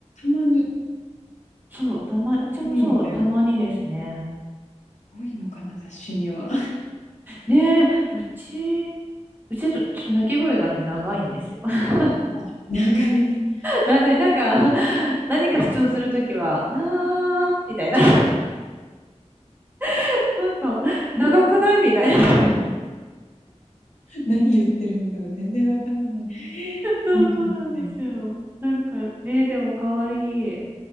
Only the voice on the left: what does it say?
たまに
たまにみたいな。
多いのかな、雑誌には。
<laughs> 長めに <laughs>。
何言ってるんだろう、全然わからない。
猫って